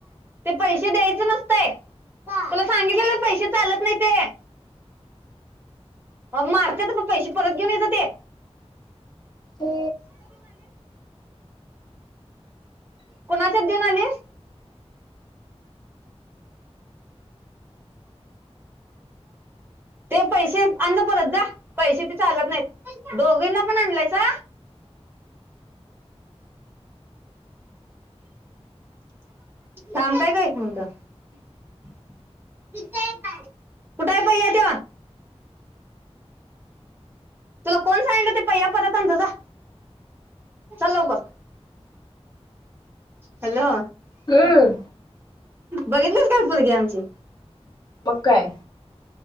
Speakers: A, on the right; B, on the left.
A: ते पैसे द्यायच नसतय तुला सांगितले पैसे चालत नाही ते. मग मारते तर म पैसे परत घेऊन येजा ते
B: ते
A: कोणाच्यात देऊन आलीस. ते पैसे अंजा परत जा पैसे ते चालत नाहीत दोघींना पण आणलायसा? थांबताय काय एक मिनिटं ते काय कुठ आहे पहिया तो? तुला कोण सांगलं ते पहिया परत आंजा जा चालवकर हॅलो
B: हम्म
A: बघितलीस काय पोरगी आमची.
B: बघ काय.